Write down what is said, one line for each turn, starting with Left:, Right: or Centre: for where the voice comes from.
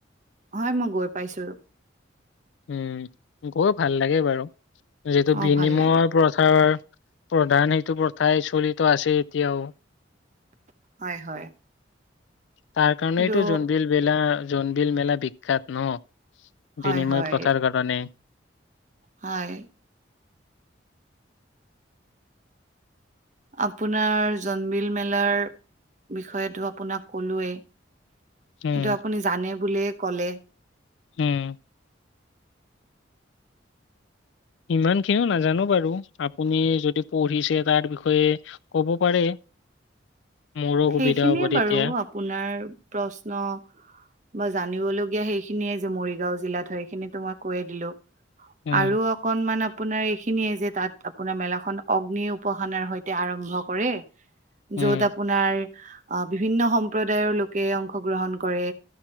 Right: হয় মই গৈ পাইছো।
Left: উম গৈ ভাল লাগে বাৰু যিহেতু
Right: অ
Left: বিনিময়
Right: ভাল লাগে
Left: পথাৰ প্ৰধান সেইটো প্ৰথাই চলিত আছে এতিয়াও।
Right: হয় হয়।
Left: তাৰ কাৰণেইটো
Right: সেইটো
Left: জোনবিল মেলা জোনবিল মেলা বিখ্যাত ন
Right: হয়
Left: বিনিময়
Right: হয়
Left: প্ৰথাৰ কাৰে ণে
Right: হয়। আপোনাৰ জোনবিল মেলাৰ বিষয়টো আপোনাক কলোৱে। সেইটো
Left: উম
Right: আপুনি জানে বুলিয়ে ক'লে।
Left: উম। ইমান খিনিও নাজানো বাৰু আপুনি যদি পঢ়িছে তাৰ বিষয়ে ক'ব পাৰে। মোৰো
Right: সেইখিনিয়ে
Left: সুবিধা হ'ব তেতিয়া।
Right: বাৰু আপোনাৰ প্ৰশ্ন বা জানিবলগীয়া সেইখিনিয়ে যে মৰিগাঁও জিলাত হয় সেইখিনিতো মই কৈয়ে দিলো।
Left: উম
Right: আৰু অকনমান আপোনাৰ এইখিনিয়ে যে তাত আপোনাৰ মেলা খন অগ্নিৰ উপাসনাৰ সৈতে আৰম্ভ কৰে।
Left: উম
Right: য'ত আ আপোনাৰ বিভিন্ন সম্প্ৰদায়ৰ লোকে অংশগ্ৰহণ কৰে